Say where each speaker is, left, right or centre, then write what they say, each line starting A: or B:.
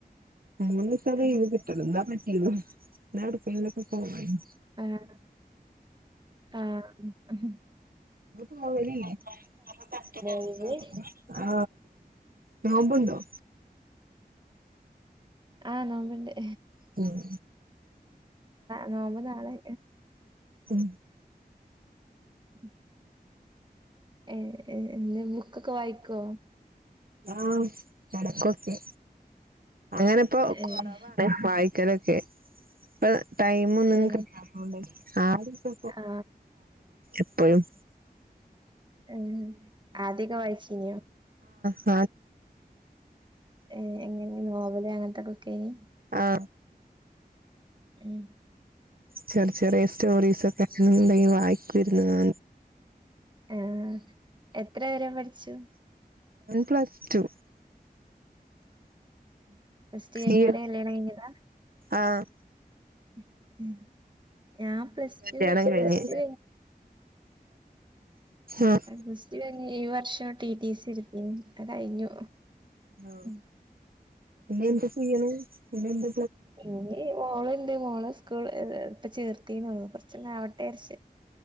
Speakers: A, on the right; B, on the right.
A: മൂന്ന് ദിവസ ലീ
B: ആ
A: വ് കിട്ടണം എന്താ പറ്റീല്ല എടുക്കൊക്കെ പോവേന്
B: ആഹ ആഹ
A: <unintelligible>
B: ഒഴിവ്
A: ആ നോമ്പ് ണ്ടോ
B: ആഹ നി
A: ഉം
B: നോമ്പ നാളെ
A: ഉം
B: ഉം ഏ എന്ന ബുക്കൊക്കെ വായിക്കോ
A: ആഹ നടക്കൊക്കെ അങ്ങനെപ്പോ കുറവ
B: ഏഹ്
A: വായിക്കലൊക്കെ ഇപ്പ ടൈമ ഒന്നുംകിട്ടതോണ്ട്
B: ഏ ആ
A: എപ്പോഴും
B: ഉ ആധിക വായിച്ചീനിയോ
A: ആ
B: ഏ എങ്ങനെ നോവല് അങ്ങനത്തെൊക്കെ ഒക്കെ ഇന്
A: ആ
B: ഉം
A: ചെറിയ ചെറിയ സ്റ്റോറീസ് ഒക്കെ ഉണ്ടെങ്കി വായിക്ക വരുന്നത
B: ആ എത്ര പരെ പഠിച്ചു
A: വൺ പ്ലസ് ടു
B: പ്ലസ്ടു കഴിഞ്ഞാരെ
A: ഈ
B: കല്യാണം കഴിഞ്ഞതാ
A: ആഹ്
B: ഉ ഉ ഞാൻ പ്ലസ്
A: കല്യാണം
B: ടു
A: കഴിഞ്ഞ്
B: പ്ലസ് ടു
A: ആഹ്
B: കഴ സ്റ്റ ഏഴ് വർഷം ടിടി സി എടുത്തി അത് കഴിഞ്ഞു
A: ആ
B: ഉം
A: പിന്നെ
B: ഉം
A: എന്ത ചെയണ പിന്നെ എന്ത
B: ഇനി മോളുണ്ട് മോള സ്കൂൾ ഇപ്പ ചേർത്തന്നള്ള പ്രശനം അവിട്ടെ അരിച്ച